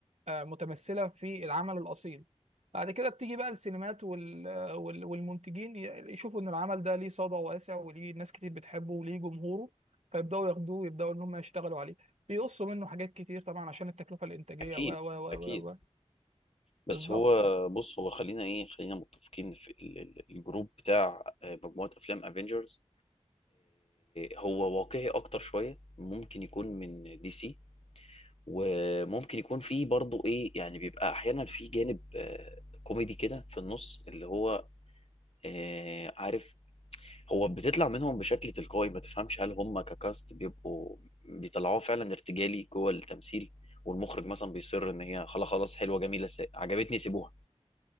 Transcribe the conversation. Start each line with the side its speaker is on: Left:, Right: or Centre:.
Right: آه، متمثلة في العمل الأصيل بعد كده بتيجي بقى السينمات وال... آه، وال... والمنتجين ي- يشوفوا ان العمل ده ليه صدى واسع وليه ناس كتير بتحبه وليه جمهوره فيبدأوا ياخدوه يبدأوا ان هم يشتغلوا عليه بيقصوا منه حاجات كتير طبعا عشان التكلفة الإنتاجية
Left: اكيد
Right: و و و
Left: اكيد
Right: و و-
Left: بس
Right: بالظبط
Left: هو بص هو خلينا ايه خلينا متفقين في ال- ال- الجروب بتاع آه، مجموعة افلام افنجرز هو واقعي اكتر شوية ممكن يكون من دي سي وممكن يكون فيه برضه ايه يعني بيبقى احيانا فيه جانب آه، كوميدي كده في النص اللي هو آه، عارف هو بتطلع منهم بشكل تلقائي ما تفهمش هل هم ككاست بيبقوا بيطلعوه فعلا ارتجالي جوه التمثيل والمخرج مثلا بيصر ان هي خلاص خلاص حلوة جميلة س- عجبتني سيبوها